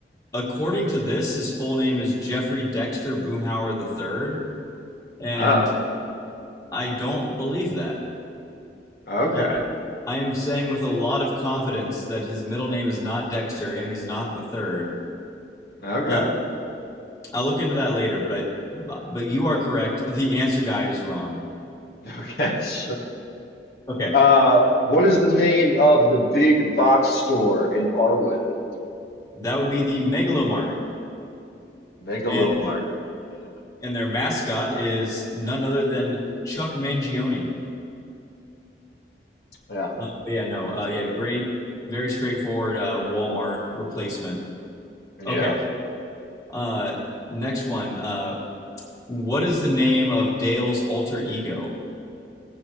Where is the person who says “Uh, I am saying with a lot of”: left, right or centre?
Left